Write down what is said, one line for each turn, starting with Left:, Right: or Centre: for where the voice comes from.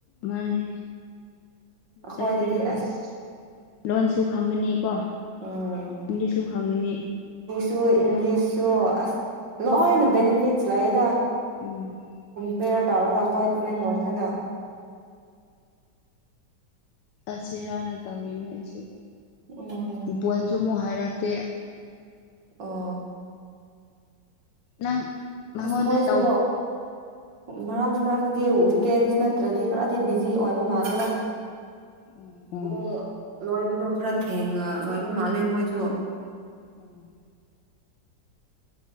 Left: ꯃꯥꯅꯦ
Right: ꯑꯩꯈꯣꯏꯗꯗꯤ
Left: ꯆꯠꯀꯦ ꯇꯧꯔꯤ
Right: ꯑꯁ
Left: ꯂꯣꯟꯁꯨ ꯈꯪꯒꯅꯤ ꯀꯣ
Right: ꯎꯝ
Left: ꯏꯪꯂꯤꯁꯨ ꯈꯊꯉꯅꯤ
Right: ꯁꯣ ꯏꯪꯂꯤꯁ ꯁꯣ ꯑꯁ ꯂꯣꯏꯅ ꯕꯅꯤꯐꯤꯠꯁ ꯂꯩꯑꯦꯗ
Left: ꯎꯝ
Right: <unintelligible> ꯇꯥꯎꯔꯒ ꯑꯩꯏ ꯇꯥꯃꯦꯡꯂꯣꯡꯗꯒ
Left: ꯑꯁꯤꯁꯤꯔꯥꯅ ꯇꯧꯔꯤꯅꯦ ꯑꯩꯁꯨ
Right: ꯎꯝ
Left: ꯕ‌ꯣꯟꯖꯨ ꯃꯨꯛ ꯍꯥꯏꯔꯥ ꯇ‌ꯦ
Right: ꯑꯣ
Left: ꯅꯪ ꯃꯉꯣꯟꯗ
Right: ꯑꯁꯃꯣꯏꯁꯨ
Left: ꯇꯧ
Right: ꯃꯔꯛ ꯑꯃꯥꯕꯨꯗꯤ ꯋꯤꯛꯀꯦꯟꯁ ꯅꯠꯇ꯭ꯔꯗꯤ ꯈꯔꯗꯤ ꯕꯤꯖꯤ ꯑꯣꯏꯕ ꯃꯥꯜꯂꯦꯗ
Left: ꯎꯝ ꯎꯝ
Right: ꯑꯣ ꯂꯣꯏꯕꯗꯣ ꯈꯔ ꯊꯦꯡꯉ ꯂꯣꯏꯕ ꯃꯥꯜꯂꯦ ꯃꯣꯏꯁꯨ
Left: ꯎꯝ